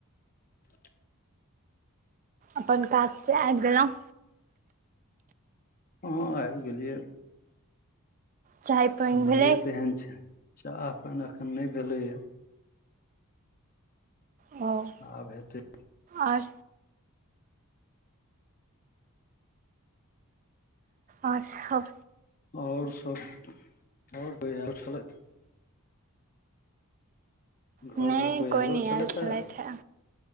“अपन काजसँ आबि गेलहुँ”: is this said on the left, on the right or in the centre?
Right